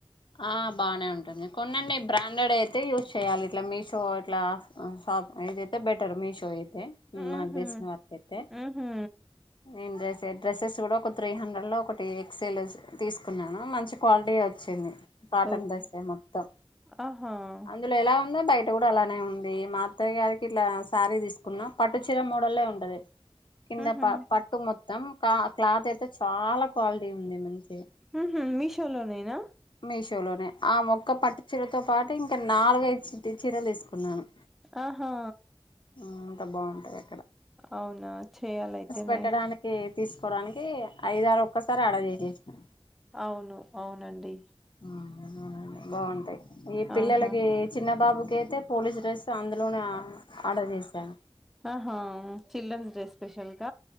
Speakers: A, on the left; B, in the centre.
A: ఆ బానే ఉంటుంది కొన్నండెబ్. బ్రాండెడైతే యూజ్ చెయ్యాలి ఇట్ల మీషో ఇట్ల అ షాప్ ఐదైతే బెటర్ మీషోయే. తె
B: హుహు.
A: మ్ నాక్ దెల్సిన్ వర్కైతె
B: హుహు.
A: నేన్ దెస్. తె డ్రెస్సెస్ గూడా ఒక త్రీ హండ్రెడ్లో ఒకటి ఎక్సెల్ స్ తీస్కున్నాను మంచి క్వాల్టీయే వచ్చింది. Cotton
B: okay.
A: డ్రెస్సే మొత్తం
B: ఆహా!
A: అందులొ ఎలా. ఉంద టైటుగూడలానే ఉంది మా అత్తయ్య గారికిట్ల శారీ దీస్కున్నా పట్టుచీర మొ. భల్లే ఉంటది కింద
B: ఆహా
A: ప పట్టు మొత్తం కా క్లాతైతే చాలా క్వాల్టీ ఉంది మంచి.
B: ఉహు మీషోలోనేనా
A: మీషోలోనే ఆ మొక్క పట్టు చీరతో పాటు ఇంక నాలుగైద్ చిట్టి చీరల్ దీస్కున్నాను
B: ఆహా
A: ఆ. అంత బావుంటాయా.
B: ఔనా చేయాలైతేనే
A: పెట్టడానికి తీసుకోవడానికి ఐదారు ఒక్కసారి ఆర్డర్ చేసేసిన
B: ఔను ఔనండి.
A: ఉమ్ ఔనవ్నాండి బాగుంటాయ్. ఈ పిల్లలకి
B: ఆహా
A: చిన్న బాబుకైతే పోలీస్ డ్రెస్ అందులోనే ఆ ఆడర్ జేశాను.
B: ఆహా చిల్డ్రన్స్ డే స్పెషల్ క